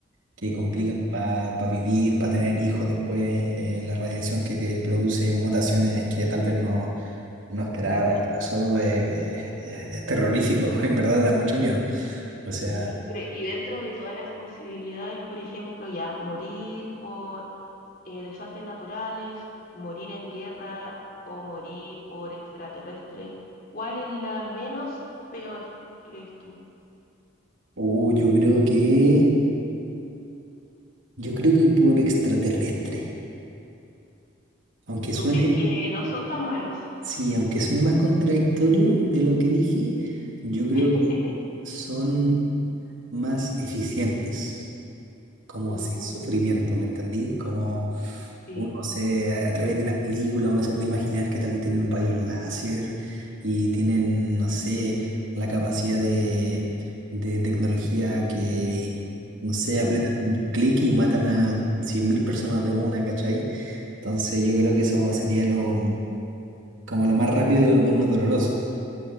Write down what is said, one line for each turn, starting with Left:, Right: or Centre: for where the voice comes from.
Right: que complican
Left: Mm,
Right: para vivir, para tener hijos después, eh, la radiación que te produce mutaciones que tal vez no, no esperaba
Left: mm,
Right: y todo eso es, es- es- es terrorífico, <laughs> en verdad da mucho miedo. O sea,
Left: sí. Pero, y dentro de todas las posibilidades, por ejemplo, ya morir por eh, desastres naturales, morir en guerra o morir por extraterrestres, ¿cuál es la menos peor, crees tú?
Right: Uh, yo creo que, yo creo que por extraterrestre. Aunque
Left: ¿Tú
Right: suene,
Left: crees que no son tan malos?
Right: sí, aunque suene más contradictorio de lo que dije, yo creo
Left: <laughs>
Right: que son más eficientes. como
Left: Uh,
Right: sin sufrimiento, ¿me entendí? Como
Left: sí.
Right: uno se, a través de las películas, uno se puede imaginar que tal vez tienen rayos láser y tienen, no sé, la capacidad de, de tecnología que, no sé,
Left: Mm.
Right: apretan un clic y matan a 100.000 personas de una, ¿cachai? Entonces yo creo que eso sería lo, como lo más rápido y lo menos doloroso.